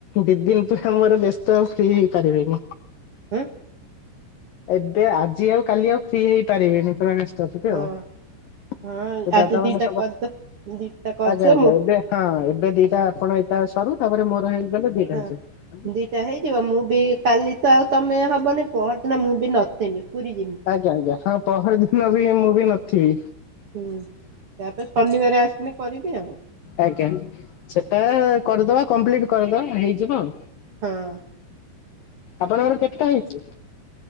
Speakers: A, on the left; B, on the right.
A: ଦି ଦିନ ପୁରା ଆମର ବ୍ୟସ୍ତ ଆଉ ଫ୍ରି ହେଇପାରିବିନି।
B: ହୁଁ
A: ଏବେ ଆଜି ଆଉ କାଲି ଆଉ ଫ୍ରି ହେଇପାରିବେନି କାରଣ ଚତୁର୍ଥୀ
B: ହଁ
A: ଆଉ ସେ
B: ହଁ ଆଜି
A: ଦାଦା
B: ଦିଟା
A: ମାନେ ସବ
B: କରିଦ ଦିଟା କରିଦିଅ
A: ଆଜ୍ଞା ଆଜ୍ଞା
B: ମୁଁ
A: ଏବେ ହଁ ଏବେ ଦିଟା ଆପଣ ଏଇଟା ସରୁ ତାପରେ ମୋର ହେଇଗଲେ ଦିଟା
B: ହଁ
A: ହେଇଯିବ।
B: ଦିଟା ହେଇଯିବ ମୁଁ ବି କାଲି ତ ଆଉ ତମେ ହବନି। ପହରଦିନ ମୁଁ ବି ନଥିଲି ପୁରୀ ଯିବି।
A: ଆଜ୍ଞା ଆଜ୍ଞା ହଁ ପହର ଦିନ ବି ମୁଁ ବି ନଥିବି।
B: ହୁଁ ତାପରେ ଶନିବାର ଆସିଲି କରିବି। ଆଉ
A: ଆଜ୍ଞା ସେଟା କରିଦବା କମ୍ପ୍ଲିଟ କରିଦବା ହେଇଯିବ। ଆଉ
B: ହଁ
A: ଆପଣଙ୍କର କେତେଟା ହେଇଛି?